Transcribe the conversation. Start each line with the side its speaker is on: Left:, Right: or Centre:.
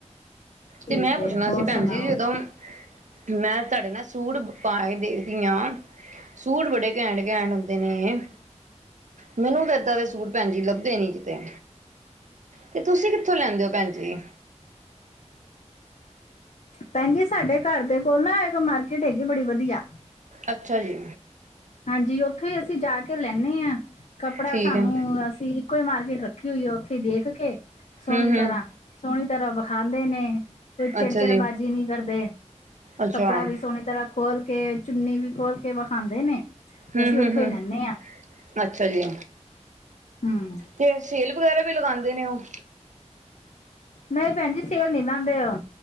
Left: ਠੀਕ
Right: ਤੇ ਮੈਂ
Left: ਹੈ
Right: ਪੁੱਛਣਾ
Left: ਹੋਰ
Right: ਸੀ ਭੈਣ
Left: ਸੁਣਾਓ
Right: ਜੀ ਜਦੋਂ ਮੈਂ ਤੁਹਾਡੇ ਨਾਲ ਸੂਟ ਪਾ ਕੇ ਦੇਖਦੀ ਆ ਸੂਟ ਬੜੇ ਘੈਂਟ-ਘੈਂਟ ਹੁੰਦੇ ਨੇ। ਮੈਨੂੰ ਏਦਾਂ ਦੇ ਸੂਟ ਭੈਣ ਜੀ ਲੱਭਦੇ ਨੀ ਕਿਤੇ। ਤੇ ਤੁਸੀਂ ਕਿੱਥੋਂ ਲੈਂਦੇ ਹੋ ਭੈਣ ਜੀ?
Left: ਭੈਣ ਜੀ ਸਾਡੇ ਘਰ ਦੇ ਕੋਲ ਨਾ ਇੱਕ ਮਾਰਕੀਟ ਹੈਗੀ ਬੜੀ ਵਧੀਆ।
Right: ਅੱਛਾ ਜੀ
Left: ਹਾਂਜੀ ਉੱਥੋਂ ਹੀ ਅਸੀਂ ਜਾ ਕੇ ਲੈਂਨੇ ਹਾਂ ਕੱਪੜਾ
Right: ਠੀਕ
Left: ਸਾਨੂੰ
Right: ਹੈ
Left: ਅਸੀਂ ਕੋਈ ਮਾਰਕੀਟ ਰੱਖੀ ਹੋਈ ਆ। ਉੱਥੇ ਦੇਖ ਕੇ ਸੋਹਣੀ
Right: ਹੂੰ ਹੂੰ
Left: ਤਰਾਂ। ਸੋਹਣੀ ਤਰਾਂ ਵਿਖਾਦੇ ਨੇ ਕੋਈ ਚਿੜ-
Right: ਅੱਛਾ
Left: ਚਿੜ
Right: ਜੀ
Left: ਬਾਾਜ਼ੀ ਨਹੀਂ ਕਰਦੇ।
Right: ਅੱਛਾ
Left: ਕੱਪੜਾ
Right: ਹੂੰ
Left: ਵੀ ਸੋਹਣੀ ਤਰਾਂ ਖੋਲ ਕੇ, ਚੁੰਨੀ ਵੀ ਖੋਲ ਕੇ ਵਿਖਾਦੇ ਨੇ। ਤੇ
Right: ਹੂੰ-ਹੂੰ,
Left: ਅਸੀਂ ਉੱਥੋਂ
Right: ਹੂੰ
Left: ਹੀ ਲੈਂਦੇ ਹਾਂ
Right: ਅੱਛਾ ਜੀ।
Left: ਹਮ
Right: ਤੇ ਸੇਲ ਵਗੈਰਾ ਵੀ ਲਗਾਉਂਦੇ ਨੇ ਉਹ।
Left: ਨਹੀਂ ਭੈਣ ਜੀ, ਸੇਲ ਨੀ ਲਾਦੇ ਉਹ।